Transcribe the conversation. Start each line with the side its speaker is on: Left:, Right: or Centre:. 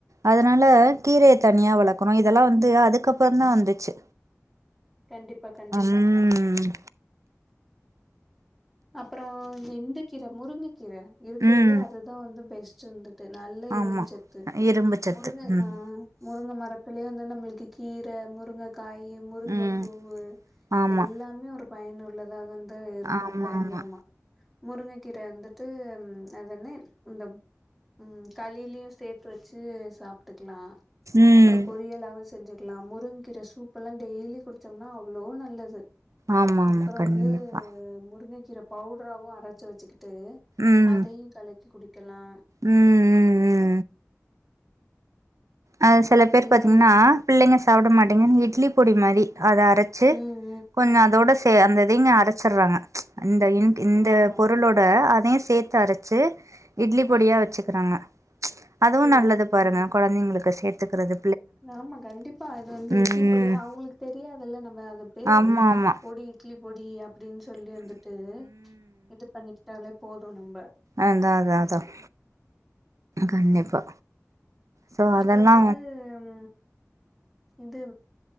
Right: அதனால கீரைய தனியா வளக் கனும் இதெல்லாம் வந்து ட்டு அதுக்கப்புறம் தான் வந்துச்சு
Centre: கண்டிப்பா கண்டிப்பா
Right: ம்
Centre: அப்புறம் இந்தக்கீரை முருங்க கீரை இருக்குதுலே
Right: ம்
Centre: அதுதான் வந்து பெஸ் சிந்தன் நல்ல
Right: ஆமா
Centre: இரும்புச்சத்து
Right: இரும்பு சத்து
Centre: முருங்கை
Right: ம்
Centre: அ முருங்கை மரத்து <unintelligible> வந்து நம்மளுக்கு கீரை முருங்க காயி முருங்கைப்பூவு
Right: ம் ஆமா
Centre: எல்லாமே ஒரு பயனுள்ளதாக இந்த கும்
Right: ஆமா
Centre: பயங்கரமா
Right: ஆமா
Centre: முருங்கைக்கீரை வந்துட்டு அது என்ன இந்த ம் களிலயையும் சேர்த்து வச்சு சாப்ட்டு லாம்
Right: ம்
Centre: அப்றோ பொரியல்லாவு செஞ்சு இருக்கலா முருங்ககீற சூப் எல்லா டெய்லி குடிச்சோம்னா அவ்ளோ நல்லது
Right: ஆமா ஆமா
Centre: அப்றோ
Right: கண்டிப்பா
Centre: வந்து முருங்கக்கீற பவுட்ராவு அரச்சு வச்சுக்கிட்டு ட்டு
Right: ம்
Centre: அதயு கலக்கி குடி க்கலா
Right: ம் ம் அ செல பேர்
Centre: எல்லாமே
Right: பாத்தீங்கனா
Centre: ம்
Right: பிள்ளைங்க சாப்ட மாட்டேங்கானு இட்லி பொடி மாரி அத அரச்சு
Centre: ம்
Right: கொஞ்சோ அதோட அந்த இதங்க அரச்சிறாங்க இந்த இந்த
Centre: ம் ஆமா
Right: பொருளோட சேத்து அரச்சு இட்லி பொடியா
Centre: ம்
Right: வச்சுக்குறாங்க அதுவு
Centre: புரியுது
Right: நல்லது
Centre: புரியுது
Right: பாருங்க கொழந்தைகளுக்கு சேத்துக்குறது
Centre: ஆமா கண்டிப்பா இது வந்து
Right: ம்
Centre: இட்லி பொடி அவுங்களுக்கு தெரியாது இல்ல நம்ம அது அப்டியே
Right: ஆமா ஆமா
Centre: பொடி இட்லி பொடி அப்டின்னு சொல்லி வந்துட்டு இது பண்ணிட்டாலே போதும் நம்ப
Right: அதான் அதான் அதான் கண்டிப்பா சோ
Centre: அப்புற
Right: அதெல்லா
Centre: வந்து உ இது